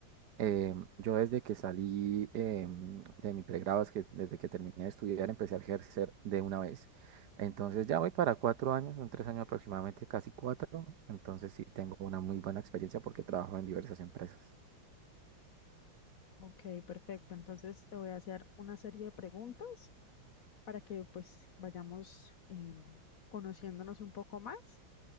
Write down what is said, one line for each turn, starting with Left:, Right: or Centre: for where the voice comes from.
Right: Eh, yo desde que salí em, de mi pregrado, es que desde que terminé de estudiar, empecé a ejercer de una vez. Entonces ya voy para cuatro años, son tres años aproximadamente, casi cuatro. Entonces sí tengo una muy buena experiencia porque trabajo en diversas empresas.
Left: Ok, perfecto. Entonces te voy a hacer una serie de preguntas para que pues vayamos em, conociéndonos un poco más